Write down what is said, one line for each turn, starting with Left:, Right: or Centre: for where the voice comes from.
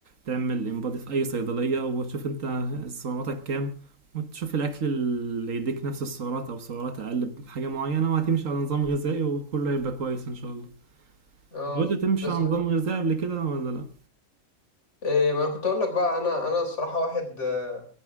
Right: تعمل انبادي في أي صيدلية وتشوف أنت سعراتك كام وتشوف الأكل اللي يديك نفس السعرات أو سعرات أقل بحاجة معينة وهتمشي على نظام غذائي وكله هيبقى كويس إن شاء الله
Left: اه
Right: حاولت تمشي
Left: بس
Right: على
Left: ب...
Right: نظام غذائي قبل كده ولا لا؟
Left: إيه ما انا كنت اقول لك بقى انا انا الصراحه واحد آه،